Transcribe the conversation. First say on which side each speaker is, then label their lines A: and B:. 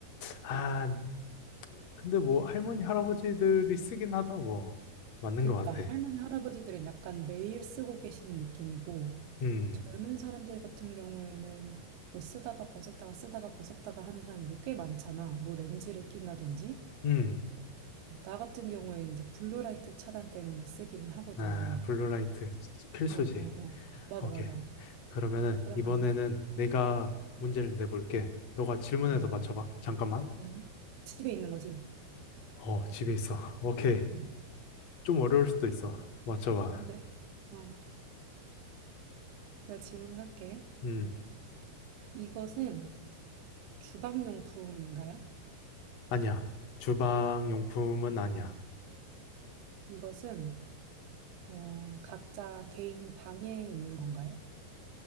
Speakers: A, on the left; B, on the right.
A: 아, 근데 뭐, 할머니, 할아버지들이 쓰긴 하다, 뭐. 맞는
B: 그러니까
A: 것 같아.
B: 할머니, 할아버지들은 약간 매일 쓰고 계시는 느낌이고
A: 음.
B: 젊은 사람들 같은 경우에는 뭐 쓰다가 벗었다가 쓰다가 벗었다가 하는 사람들이 꽤 많잖아. 뭐 렌즈를 낀다든지.
A: 음,
B: 어, 나 같은 경우에는 이제 블루라이트 차단 때문에 쓰기는 하거든.
A: 아, 블루라이트 필수지.
B: 어, 어, 어. 맞아,
A: 오케이.
B: 맞아.
A: 그러면은
B: 그러면은
A: 이번에는 내가 문제를 내볼게. 너가 질문해서
B: 음,
A: 맞춰봐. 잠깐만.
B: 음. 집에 있는 거지.
A: 어, 집에 있어. 오케이.
B: 음.
A: 좀 어려울 수도 있어. 맞춰봐.
B: 안 돼. 어. 내가 질문을 할게.
A: 음,
B: 이것은 주방용품인가요?
A: 아니야. 주방 용품은 아니야.
B: 이것은 어, 각자 개인 방에 있는 건가요?